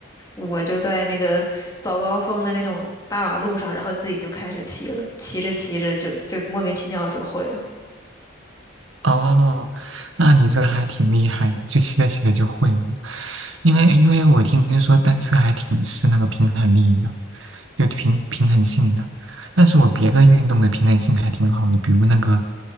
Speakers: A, on the left; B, on the right.
A: 我就在那个早高峰的那种大马路上，然后自己就开始骑了，骑着骑着就就莫名其妙就会了。
B: 哦，那你这还挺厉害的，就骑着骑着就会了。因为因为我听说单车还挺吃那个平衡力的，就平平衡性的。但是我别的运动的平衡性还挺好的，比如那个